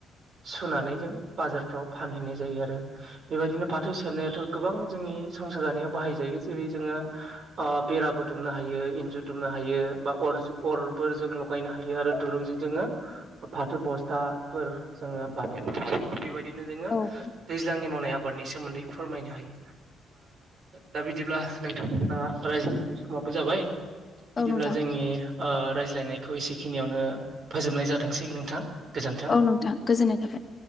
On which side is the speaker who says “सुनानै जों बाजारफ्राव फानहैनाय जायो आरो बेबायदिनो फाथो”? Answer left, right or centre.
Right